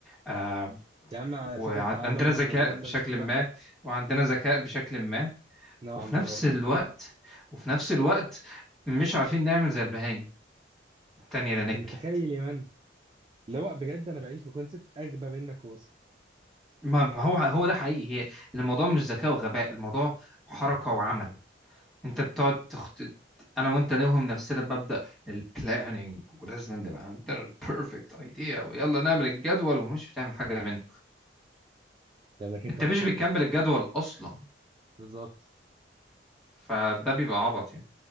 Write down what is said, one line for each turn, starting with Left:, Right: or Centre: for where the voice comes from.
Centre: آه
Right: يا عم على
Centre: وعندنا
Right: فكره التعلم مش
Centre: ذكاء
Right: مدرسه
Centre: بشكل
Right: اسكت بقى
Centre: ما وعندنا ذكاء بشكل ما
Right: نوعا
Centre: وفي
Right: ما
Centre: نفس
Right: برضه
Centre: الوقت
Right: <laughs>
Centre: وفي نفس الوقت مش عارفين نعمل زي البهايم التانية اللي
Right: انت
Centre: نجحت
Right: متخيل يا مان اللي هو بجد انا بعيش بكونسيبت اغبى منك واصل
Centre: ما ما هو هو ده حقيقي هي الموضوع مش ذكاء وغباء الموضوع حركة وعمل انت بتقعد تخطط انا وانت نوهم نفسنا بمبدأ البلاننج ولازم نبقى عندنا البيرفكت ايديا ويلا نعمل الجدول ومش بتعمل حاجة منه
Right: لانك انت
Centre: انت
Right: تخطط
Centre: مش بتكمل الجدول اصلا
Right: بالظبط
Centre: فده بيبقى عبط يعني